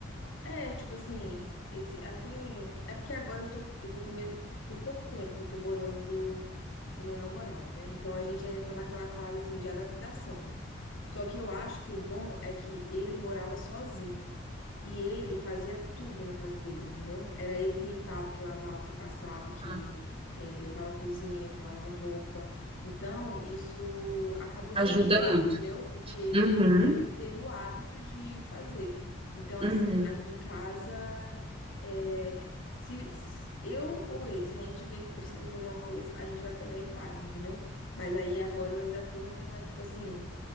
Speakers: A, on the left (about 75°); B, on the right (about 30°).
A: é tipo assim, esse até é porque agora eu tô, eu tô come- tem pouco tempo que eu tô morando com meu namorado, né? Então a gente ainda tá naquela fase assim de adaptação. Só que eu acho que o bom é que ele morava sozinho e ele fazia tudo na casa dele, entendeu? Era ele que limpava, que lavava, que passava,
B: uhum.
A: que eh, limpava a cozinha, que lavava roupa. Então, isso acabou sendo
B: Ajuda
A: bom,
B: muito.
A: entendeu? Porque ele
B: Uhum.
A: apren- teve o hábito de fazer. Então, assim,
B: Uhum.
A: aqui em casa, eh, se, se eu ou ele, se a gente vê que precisa fazer uma coisa, a gente vai pegar e faz, entendeu? Mas aí agora eu ainda tô naquela, tipo assim